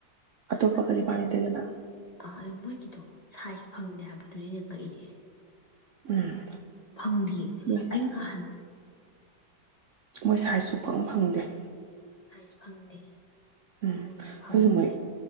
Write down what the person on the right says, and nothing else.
ꯑꯇꯣꯞꯄꯒꯗꯤ
ꯃꯥꯟꯅꯗꯦꯗꯅ
ꯎꯝ
ꯃꯣꯏ
ꯃꯣꯏ ꯁꯥꯏꯖ ꯁꯨꯐꯪ ꯐꯪꯗꯦ
ꯎꯝ
ꯑꯗꯨꯗꯤ ꯃꯣꯏ